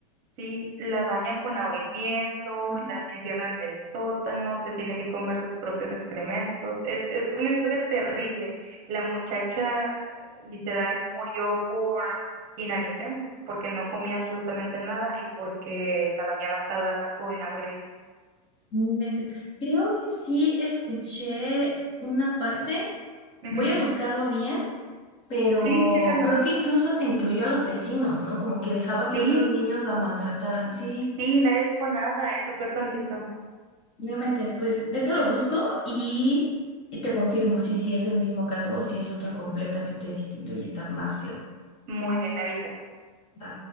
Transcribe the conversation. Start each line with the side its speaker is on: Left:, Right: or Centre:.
Right: sí, la bañan con agua hirviendo,
Left: ajá.
Right: las encierran en el sótano, se tiene que comer sus propios excrementos. Es, es una historia terrible. La muchacha literal murió por inanición, porque no comía absolutamente nada y porque la bañaban cada rato en agua hirviendo.
Left: No inventes. Creo que sí escuché una parte,
Right: Ujú.
Left: voy a buscarlo bien, pero
Right: Sí, chécalo.
Left: creo que incluso hasta incluyó a los vecinos, ¿no? Como que dejaba que
Right: Sí,
Left: otros niños la maltrataran. Sí.
Right: sí, nadie dijo nada, es lo peor tantito.
Left: No inventes, pues déjalo busco y, y te confirmo si, si es el mismo caso o si es otro completamente distinto y está más feo.
Right: Muy bien, me avisas.
Left: Va.